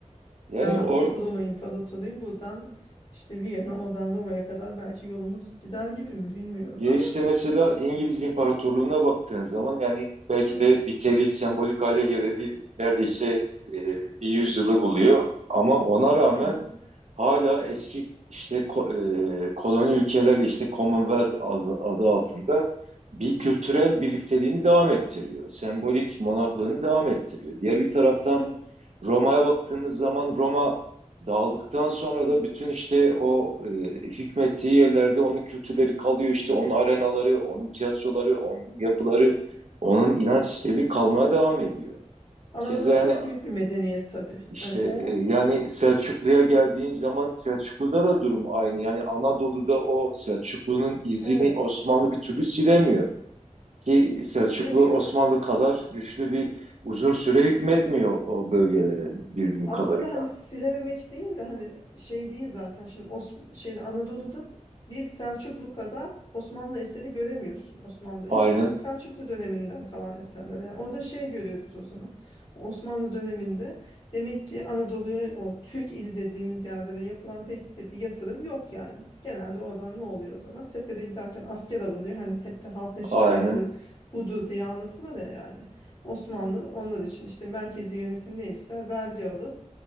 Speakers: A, on the right; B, on the left.
A: Yani
B: Ben artık
A: o
B: Roma İmparatoruyum. Buradan işte Viyana, oradan Roma'ya kadar belki yolumuz gider gibi mi bilmiyorum
A: Ya
B: ama
A: işte mesela İngiliz İmparatorluğu'na baktığın zaman yani belki
B: hı hı,
A: de bir biteli sembolik hale geleli neredeyse e, bir yüzyılı buluyor. Ama ona rağmen
B: tamam.
A: hala eski işte ko- e, koloni ülkelerle işte Commonwealth adı, adı altında bir kültürel birlikteliğini devam ettiriyor. Sembolik monaklığını devam ettiriyor. Diğer bir taraftan
B: Bu,
A: Roma'ya baktığımız zaman Roma dağıldıktan sonra da bütün işte o e, hükmettiği yerlerde onun kültürleri kalıyor işte onun arenaları, onun tiyatroları, onun yapıları, onun inanç sistemi kalmaya devam ediyor.
B: ama
A: Keza
B: Roma
A: yani
B: çok büyük bir medeniyet tabii.
A: işte
B: Yani o,
A: e, yani Selçuklu'ya geldiğin
B: o-
A: zaman Selçuklu'da da durum aynı. Yani Anadolu'da o Selçuklu'nun izini
B: evet
A: Osmanlı bir türlü silemiyor. Ki Selçuklu
B: silemiyor
A: Osmanlı kadar güçlü bir uzun süre hükmetmiyor o bölgelere bildiğim
B: Aslında
A: kadarıyla.
B: hani silememek değil de hani şey değil zaten şimdi Os şey Anadolu'da bir Selçuklu kadar Osmanlı eseri göremiyorsun Osmanlı
A: Aynen,
B: hep Selçuklu döneminden kalan eserler yani orada şey görüyoruz o zaman Osmanlı döneminde demek ki Anadolu'ya o Türk ili dediğimiz yerlere yapılan pek de bir yatırım yok yani genelde oradan ne oluyor o zaman sefere giderken asker alınıyor hani hep de halkın şikayeti
A: aynen.
B: de budur diye anlatılır ya yani Osmanlı onlar için işte merkezi yönetim ne ister vergi alır